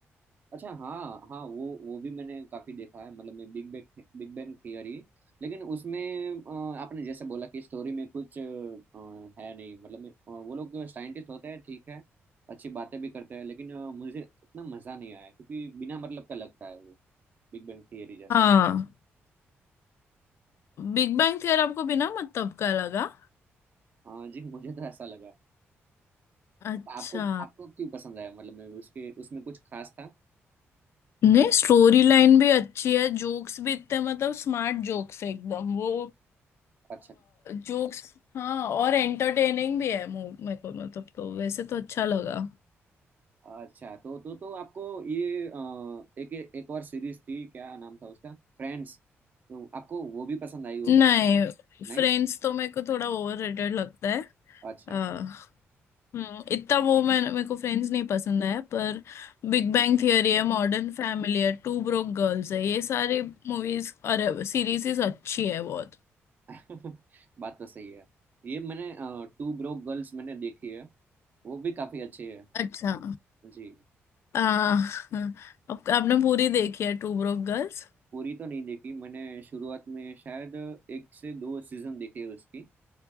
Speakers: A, on the right; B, on the left.
A: अच्छा हाँ हाँ वो वो भी मैंने काफी देखा है मतलब मैं बिग बैंग बिग बैंग थियरी लेकिन उसमें अ, आपने जैसे बोला कि स्टोरी में कुछ अ, है नहीं मतलब मैं- अ, वो लोग साइंटिस्ट होते हैं ठीक है अच्छी बातें भी करते हैं लेकिन अ, मुझे इतना मजा नहीं आया क्योंकि बिना मतलब का लगता है वो बिग बैंग थियरी जैसा
B: हाँ बिग बैंग थियरी आपको बिना मतलब का लगा
A: हाँ जी <laughs> मुझे तो ऐसा लगा
B: अच्छा
A: अब आपको आपको क्यों पसंद आया मतलब मैं उसके उसमें कुछ खास था
B: नहीं स्टोरी लाइन भी अच्छी है जोक्स भी इतने मतलब स्मार्ट जोक्स है एकदम वो
A: अच्छा
B: जोक्स हाँ और एंटरटेनिंग भी है मु- मेरे को मतलब तो वैसे तो अच्छा लगा
A: अच्छा तो तो तो आपको ये अ, एक एक और सीरीज थी क्या नाम था उसका फ्रेंड्स तो आपको वो भी पसंद आई होगी
B: नहीं फ्रेंड्स
A: नहीं
B: तो मेरे को थोड़ा ओवररेटेड लगता है
A: अच्छा
B: हाँ हम्म इतना वो मैं मेरे को फ्रेंड्स नहीं पसंद है पर बिग बैंग थियरी है मॉडर्न फैमिली है टू ब्रोक गर्ल्स है ये सारी मूवीज और सीरीज अच्छी है बहुत
A: <laughs> बात तो सही है ये मैंने टू ब्रोक गर्ल्स मैंने देखी है वो भी काफी अच्छी है
B: अच्छा
A: जी
B: आ, हाँ, आप, आपने पूरी देखी है टू ब्रोक गर्ल्स
A: पूरी तो नहीं देखी मैंने शुरुआत में शायद एक से दो सीजन देखे हैं उसकी